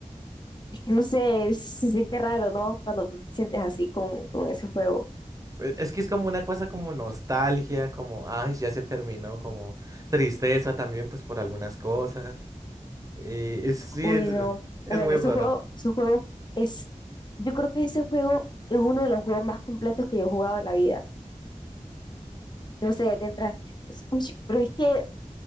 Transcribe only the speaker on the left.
es que no sé, se siente raro, ¿no? Cuando tú te sientes así con, con ese juego.
Uy,
no.
A ver,
ese
juego, ese juego es, yo creo que ese juego es uno de los juegos más completos que yo he jugado en la vida. No sé, te entra, uy, pero es que,